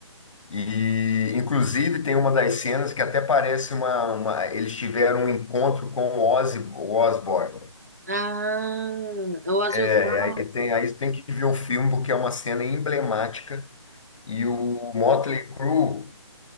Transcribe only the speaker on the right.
Ah, o Ozzy
Osbourne.